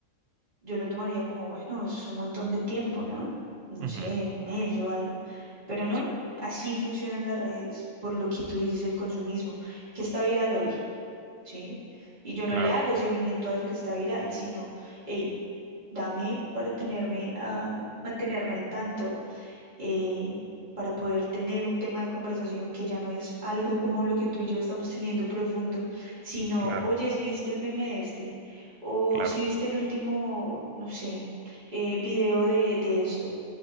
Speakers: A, on the right (about 35°); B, on the right (about 65°).
A: Yo lo tomaría como, bueno, es un montón de tiempo, ¿no? No
B: Ujú.
A: sé, un mes o algo. Pero no,
B: Sí,
A: así funcionan las redes, por lo que tú dices, el consumismo, que está viral hoy, ¿sí? Y yo
B: claro,
A: no le hago seguimiento a eso que está viral, sino, hey, dame para tenerme, a mantenerme al tanto eh, para poder tener un tema de conversación que ya no es algo como lo que tú y yo estamos teniendo profundo, sino,
B: claro,
A: oye, si viste el meme de este, o
B: claro.
A: si viste el último, no sé, eh, video de, de esto,